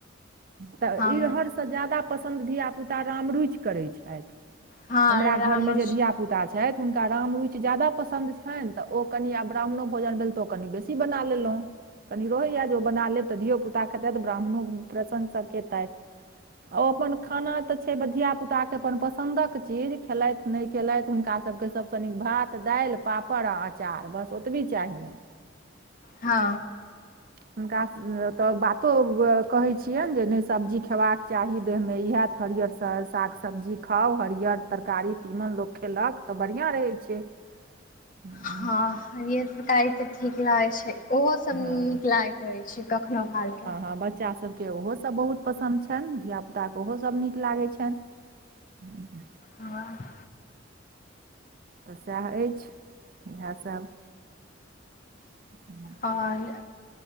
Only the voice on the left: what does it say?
हँ
हँ
रामरूच
हँ।
हँ हरियर तरकारी तऽ ठीक लागै छै। ओहो सभ
नीक लागैत रहै छै। कखनो कालके
वाह <unintelligible>
आओर